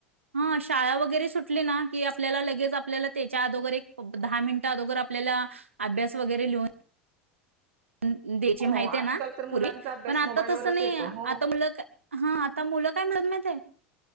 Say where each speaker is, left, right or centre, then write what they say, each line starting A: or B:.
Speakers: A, on the right; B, on the right.
A: हां शाळा वगैरे सुटली ना की आपल्याला लगेच आपल्याला त्याच्या आदो वर एक प दहा मिनिट आदोगर आपल्याला अभ्यास वगरे लिहून दे द्यायची,
B: हो
A: माहिती
B: आजकाल
A: आहे ना
B: तर मुलांचा
A: पूर्वी?
B: अभ्यास
A: पण आता
B: मोबाईलवरच
A: तसं नाही
B: येतो हो
A: आता मुलं का हां आता मुलं काय म्हण माहित